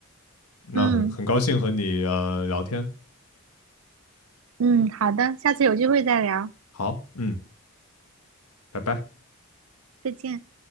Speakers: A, on the left; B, on the right.
A: 那很很高兴和你呃聊天，
B: 嗯嗯，好的，下次有机会再聊，
A: 好，嗯，拜拜。
B: 再见。